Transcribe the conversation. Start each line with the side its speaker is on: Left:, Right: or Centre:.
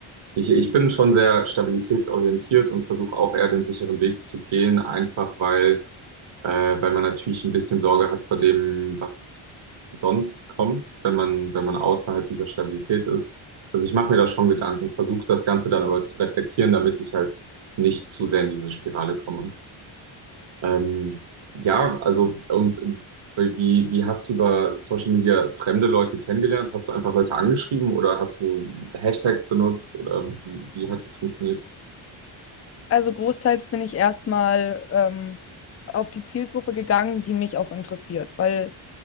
Right: ich, ich bin schon sehr stabilitätsorientiert und versuche auch eher den sicheren Weg zu gehen, einfach weil äh, weil man natürlich ein bisschen Sorge hat vor dem, was sonst kommt, wenn man, wenn man außerhalb dieser Stabilität ist. Also ich mache mir da schon Gedanken, versuche das Ganze dann aber zu reflektieren, damit ich halt nicht zu sehr in diese Spirale komme. Ähm, ja, also und äh, wie, wie hast du über Social Media fremde Leute kennengelernt? Hast du einfach Leute angeschrieben oder hast du Hashtags benutzt oder wie, wie hat das funktioniert?
Left: Also großteils bin ich erstmal ähm, auf die Zielgruppe gegangen, die mich auch interessiert, weil